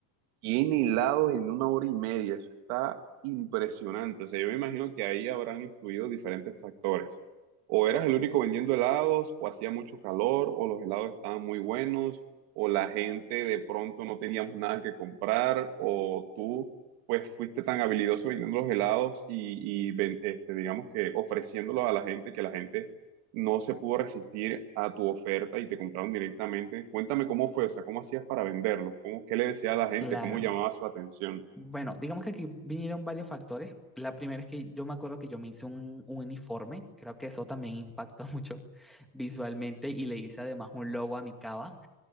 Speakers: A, on the right; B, in the centre.
A: 100 helados en una hora y media, eso está impresionante. O sea, yo me imagino que ahí habrán influido diferentes factores. O eras el único vendiendo helados, o hacía mucho calor, o los helados estaban muy buenos, o la gente de pronto no teníamos nada que comprar, o tú pues fuiste tan habilidoso vendiendo los helados y, y ven- este, digamos que ofreciéndolos a la gente que la gente no se pudo resistir a tu oferta y te compraron directamente. Cuéntame cómo fue, o sea, cómo hacías para venderlos, cómo, qué le decía a la gente,
B: Claro,
A: cómo llamaba su atención.
B: Bueno, digamos que aquí vinieron varios factores. La primera es que yo me acuerdo que yo me hice un, un uniforme, creo que eso también impactó <laughs> mucho visualmente y le hice además un logo a mi cava,